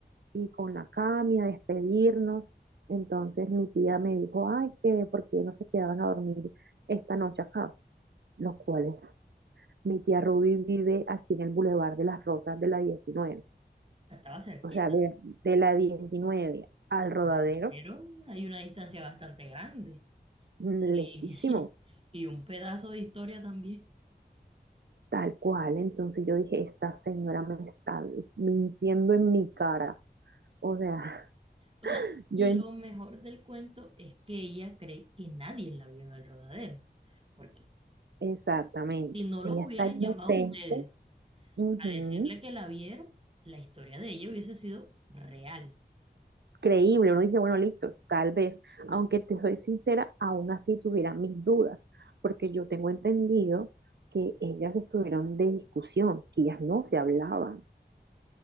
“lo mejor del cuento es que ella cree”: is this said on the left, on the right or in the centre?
Right